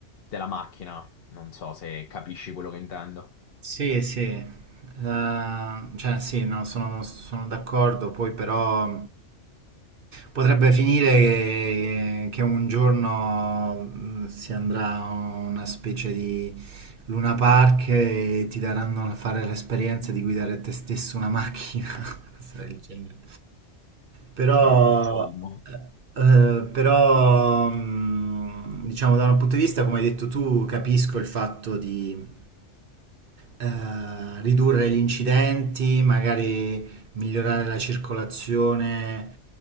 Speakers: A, on the left; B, on the right.
A: della macchina. Non so se capisci quello che intendo.
B: Sì, sì, Eh, cioè sì, no, sono, sono d'accordo, poi però potrebbe finire che, che un giorno mh, si andrà a una specie di Luna Park e ti daranno a fare l'esperienza di guidare te stesso una macchina, <laughs> cose del genere. Però,
A: Sarebbe il colmo.
B: eh, eh, però, mh, diciamo, da un punto di vista, come hai detto tu, capisco il fatto di eh, ridurre gli incidenti, magari migliorare la circolazione